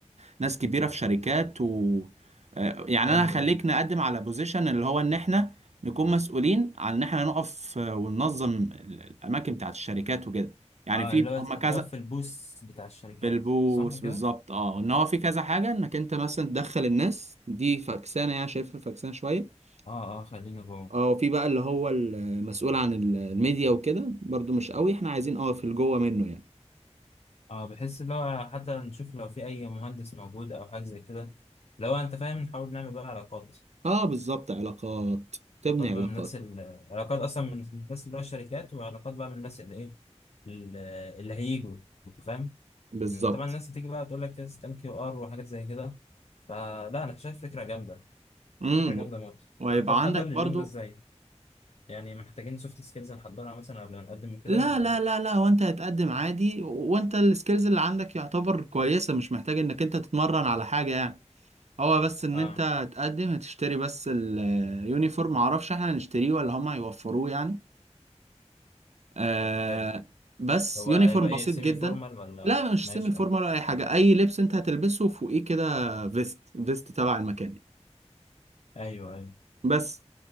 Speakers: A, on the right (about 70°); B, on the left (about 60°).
A: ناس كبيرة في شركات و آه، يعني
B: ايوه
A: انا هخليك
B: ايوه
A: نقدم على بوزيشن اللي هو ان احنا نكون مسؤولين عن ان احنا نقف آه، وننظم ال- الاماكن بتاعت الشركات وكده يعني
B: اه
A: في
B: اللي هو
A: هم
B: تقف
A: كذا
B: في البوس بتاع الشركات
A: بالبوس
B: صح كده
A: بالظبط اه ان هو في كذا حاجة انك انت مثلا تدخل الناس دي فكسانة يعني شايفها فكسانة شوية
B: اه اه خلينا جوه
A: اه وفي بقى اللي هو المسؤول عن ال- الميديا وكده برضو مش قوي احنا عايزين اه في الجوه منه يعني
B: اه بحس اللي هو حتى نشوف لو في اي مهندس موجود او حاجه زي كده لو انت فاهم نحاول نعمل بقى علاقات
A: اه بالظبط علاقات تبني
B: علاقات
A: علاقات
B: بقى من الناس ال- علاقات اصلا من الناس اللي هو الشركات وعلاقات بقى من الناس اللي ايه ال- اللي هيجوا انت فاهم
A: بالظبط
B: طبعا الناس هتيجي بقى تقول لك سكان كيو ار وحاجات زي كده فلا انا شايف فكره جامده
A: امم
B: فكره جامده موت
A: ويبقى
B: طب انت هتحضر
A: عندك
B: لليوم
A: برضو
B: ده ازاي يعني محتاجين سوفت سكيلز نحضرها مثلا قبل ما نقدم كده
A: لا
B: ولا
A: لا
B: ايه
A: لا لا وانت هتقدم عادي وانت السكيلز اللي عندك يعتبر كويسة مش محتاج انك انت تتمرن على حاجة يعني هو بس ان
B: اه
A: انت هتقدم هتشتري بس اليونيفورم معرفش احنا هنشتريه ولا هما هيوفروه يعني آه
B: طب حلو
A: بس
B: هو
A: يونيفورم
B: هيبقى
A: بسيط
B: ايه سيمي
A: جدا
B: فورمال ولا
A: لا مش
B: ماشي
A: سيمي فورمال
B: اه
A: ولا اي حاجة اي لبس انت هتلبسه فوقيه كده فيست فيست تبع المكان
B: ايوه ايوه
A: بس